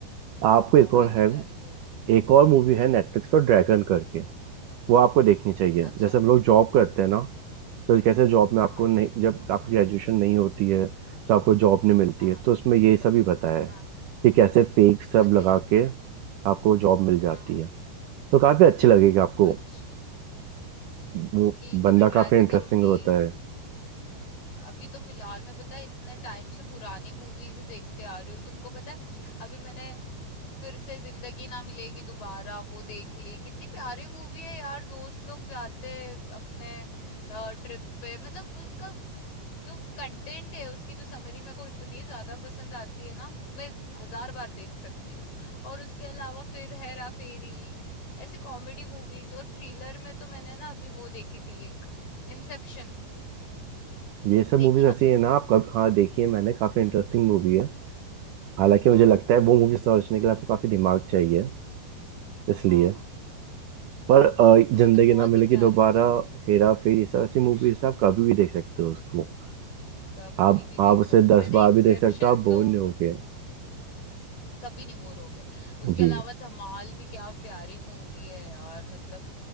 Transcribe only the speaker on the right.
आपको
एक और
है
एक और मूवी है नेटफ्लिक्स
पर ड्रैगन करके वो आपको देखनी चाहिए
जैसे हम लोग जॉब करते हैं ना तो कैसे जॉब में
आपको
नहीं जब आपकी ग्रेजुएशन नहीं होती है तो आपको जॉब नहीं मिलती
है
तो उसमें ये सब ही बताया है
कि कैसे फेक सब
लगा
के आपको जॉब मिल जाती
है तो काफी अच्छी लगेगी आपको
वो
बंदा
काफी
इंटरेस्टिंग
होता है
ये सब
मूवीज
ऐसी
है ना आप कब हाँ देखी है मैंने काफी इंटरेस्टिंग मूवी है हालांकि
मुझे लगता है वो मूवी समझने के लिए आपको काफी दिमाग चाहिए इसलिए
पर अ, जिंदगी
ना मिलेगी
दोबारा
हेरा फेरी इस तरह ऐसी
मूवीज आप कभी भी देख सकते हो उसको
आप
आप
उसे
दस
बार
भी देख सकते हो आप बोर
नहीं होगे
जी